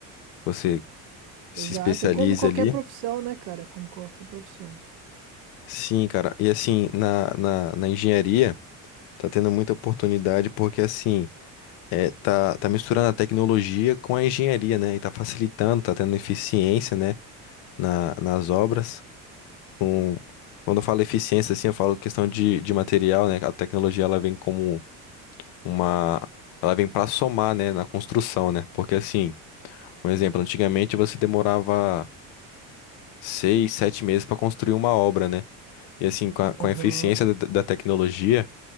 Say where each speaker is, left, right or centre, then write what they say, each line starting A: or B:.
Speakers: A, on the left; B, on the right.
A: você se
B: Exato,
A: especialize
B: é como qualquer
A: ali.
B: profissão, né, cara? Como qualquer profissão.
A: Sim, cara. E assim, na, na, na engenharia, tá tendo muita oportunidade porque assim, é, tá, tá misturando a tecnologia com a engenharia, né? E tá facilitando, tá tendo eficiência, né? Na, nas obras. Com, quando eu falo eficiência, assim, eu falo questão de, de material, né? A tecnologia, ela vem como uma. Ela vem pra somar, né, na construção, né? Porque assim, um exemplo, antigamente você demorava seis, sete meses para construir uma obra, né? E assim, com a, com
B: Aham.
A: a eficiência da, da tecnologia,